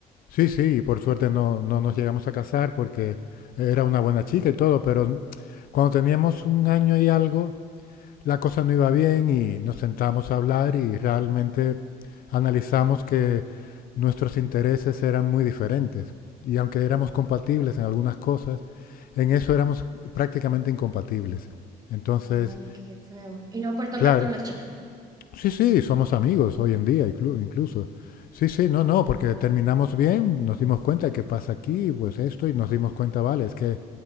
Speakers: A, on the left; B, on the right.
A: Sí, sí, por suerte no, no nos llegamos a casar porque era una buena chica y todo, pero cuando teníamos un año y algo, la cosa no iba bien y nos sentamos a hablar y realmente analizamos que nuestros intereses eran muy diferentes. Y aunque éramos compatibles en algunas cosas, en eso éramos prácticamente incompatibles. Entonces,
B: Ándale, que qué feo. Y no he vuelto
A: claro,
B: a hablar con la chica.
A: Sí, sí, somos amigos hoy en día inclu- incluso. Sí, sí, no, no, porque terminamos bien, nos dimos cuenta que pasa aquí, pues esto, y nos dimos cuenta, vale, es que